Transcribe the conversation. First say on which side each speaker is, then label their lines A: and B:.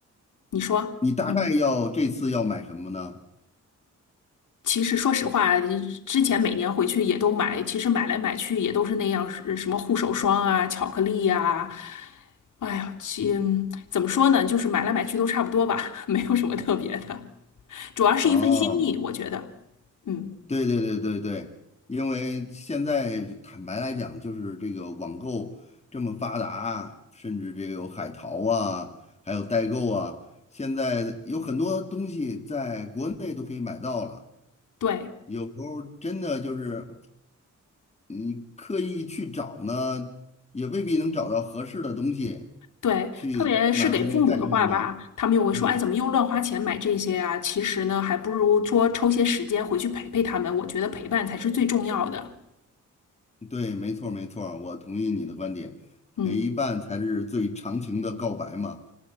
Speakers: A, on the left; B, on the left.
A: 你说，
B: 你大概要这次要买什么呢？
A: 嗯，其实说实话啊，之前每年回去也都买，其实买来买去也都是那样，是什么护手霜啊、巧克力呀、哎呀，其嗯怎么说呢，就是买来买去都差不多吧，<laughs> 没有什么特别的，主要是一份心意，
B: 哦。
A: 我觉得。嗯，
B: 对对对对对，因为现在坦白来讲，就是这个网购这么发达，甚至这个有海淘啊，还有代购啊，现在有很多东西在国内都可以买到了。
A: 对。
B: 有时候真的就是你刻意去找呢，也未必能找到合适的东西
A: 对，
B: 去买回去带给他们。
A: 特别是给父母的话吧，他们又会说：
B: 嗯。
A: “哎，怎么又乱花钱买这些啊？”其实呢，还不如说抽些时间回去陪陪他们。我觉得陪伴才是最重要的。
B: 对，没错儿没错儿我同意你的观点，
A: 嗯，
B: 陪伴才是最长情的告白嘛。